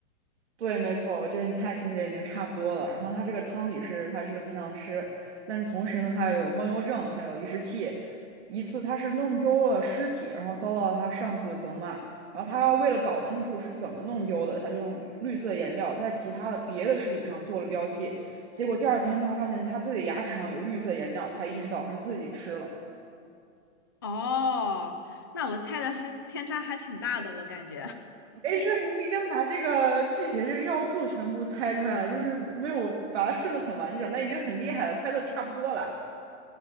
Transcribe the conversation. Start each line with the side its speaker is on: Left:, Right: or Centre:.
Right: 对，没错，我觉得你猜情节已经差不多了。然后他这个汤底是，他是个殡葬师，但是同时呢，他又有梦游症，还有异食癖。一次他是弄丢了尸体，然后遭到他上司的责骂。然后他为了搞清楚是怎么弄丢的，他就用绿色颜料在其他的别的尸体上做了标记。结果第二天他发现他自己的牙齿上有绿色颜料，才意识到是自己吃了。
Left: 哦，那我猜的还偏差还挺大的，我感觉
Right: 没事儿，你已经把这个剧情这个要素全部猜出来了，就是没有把它顺的很完整，但已经很厉害了，猜的差不多了。